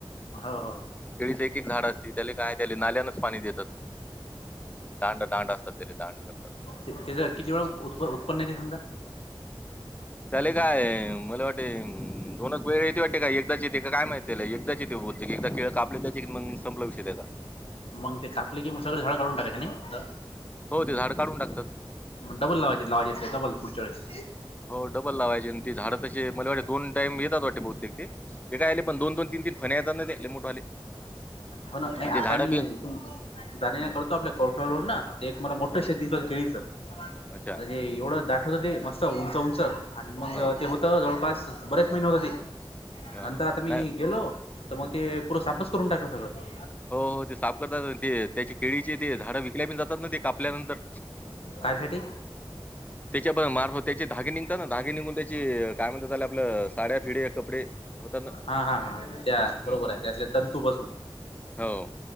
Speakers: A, on the left; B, on the left.
A: हो हो
B: केळीच एक एक झाड असतय, त्याला काय त्याले नाल्यानच पाणी देतात. दांड दांड असतात. तेज दांड करतात.
A: त्याच किती वेळा उत्पन्न येतय? समजा
B: त्याले काय? मला वाटे हम दोनच वेळे येते वाटते का? का एकदाच येते काय माहिती ले एकदाच येथे बहुतेक, एकदा केळ कापले त्याचे, मग संपला विषय त्याचा
A: मग ते कापले कि मग सगळ झाड काढून टाकायचे नाही.
B: हो ते झाड काढून टाकतात
A: डबल लावायचेत, लावायचे असले तर, डबल पुढच्या वेळेस.
B: हो डबल लावायचे ती झाडं तशी मला वाटे दोन टाईम येतात वाटे बहुतेक, ते ऐकले पण दोन दोन तीन तीन फन्या येतात ना ते लई मोठे आले.
A: हो ना नाही
B: आणि ते
A: आता
B: झाडं
A: मी
B: बी
A: इकुन धन्या
B: हं,
A: कळतोय आपल्याला कवठ रोड ना, ते एक मला मोठं
B: हं,
A: शेेत दिस केळीचं.
B: अच्छा
A: अरे एवढं दाट? होत ते मस्त, उंच उंच आणि मग
B: हो
A: ते होत जवळपास बरेच महिने होत ते.
B: हं,
A: नंतर आता
B: हो
A: मी
B: नाही
A: गेलो तर मग ते
B: हं.
A: पुरं सापस करून टाकलं सगळं
B: हो हो ते साफ करतात, ते त्याची केळीचे ते झाडं विकल्या पण जातात ना ते कापल्यानंतर
A: कायसाठी?
B: त्याच्या प मार्फत त्याचे धागे निघतात ना, धागे निघून त्याची काय म्हणतात त्याले आपलं साड्या, फिडे या कपडे, होतात ना
A: हा हा हा त्या बरोबर
B: हुं.
A: आहे त्यातल्या तंतू पासून
B: हाव